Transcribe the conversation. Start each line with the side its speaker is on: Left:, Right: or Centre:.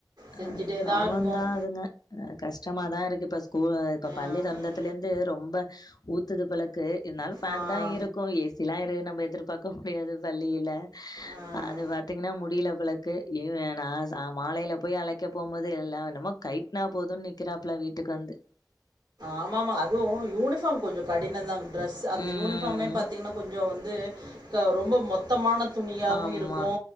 Right: செஞ்சுட்டே
Left: அ பாவந்தா
Right: தான் இருக்கோம்
Left: அதுங்க அ கஷ்டமாதா இருக்கு இப்ப ஸ்கூலு இப்ப பள்ளி
Right: ஆ
Left: தொறந்தத்ல இருந்து ரொம்ப ஊத்துது போலக்கு இருந்தாலு ஃபேன்
Right: ஆ
Left: தா இருக்கு ஏ சி லா இரு நம்ப எதிர்பாக் க்க முடியாது பள்ளியில
Right: ஆ ஆ.
Left: அது பாத்தீங்கனா முடிய்ல போல க்கு எது வேணா ச மாலைல போய் அழைக்க போம் போது எல்லா நம்ம கைட்னா போதுன் நிக்கிறாப்ல வீட்டுக்கு வந்து
Right: ஆமாம்மா அதுவு யூனிஃபாம் கொஞ்ச கடினந்தாங்க டிரெஸ் அந்த
Left: ம்
Right: யூனிஃபாமே பாத்தீங்னா கொஞ்ச வந் து க ரொம்ப மொத்தமான துணியாவு
Left: ஆமாம்
Right: இருக்கு